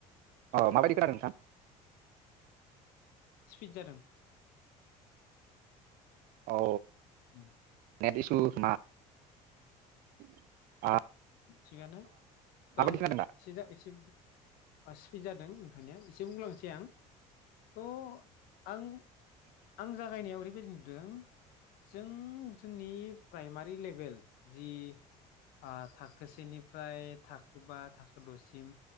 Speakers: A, on the right; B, on the left.
A: औ माबायदि खोनादों नोंथां?
B: स्पिड जादों।
A: औ
B: उम
A: नेड थख <unintelligible>
B: थिगानो। थ' आं
A: खोनादों दा
B: एसे जा एसे सिफिट जादों नोंथांनिया एसे बुंलांसै आं। थ' आं आं जागायनायाव ओरै बेबायदि नुदों जों जोंनि प्राइमारि लेभेल जि आं थाखो सेनिफ्राय थाखो बा थाखो द'सिम